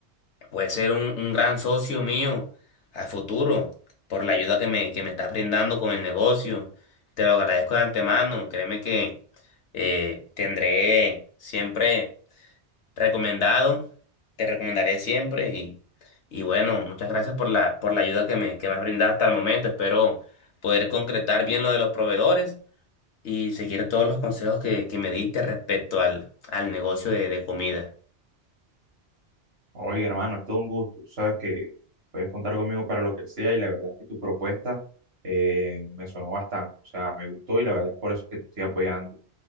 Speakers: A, on the left; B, on the right.
A: puede ser un, un gran socio mío a futuro por la ayuda que me, que me estás brindando con el negocio. Te lo agradezco de antemano. Créeme que eh, tendré siempre recomendado, te recomendaré siempre y, y bueno, muchas gracias por la, por la ayuda que me, que me has brindado hasta el momento. Espero poder concretar bien lo de los proveedores y seguir todos los consejos que, que me diste respecto al, al negocio de de comida.
B: Oye, hermano, es todo un gusto, tú sabes que puedes contar conmigo para lo que sea y la verdad es que tu propuesta eh, me sonó bastante, o sea, me gustó y la verdad es por eso que te estoy apoyando.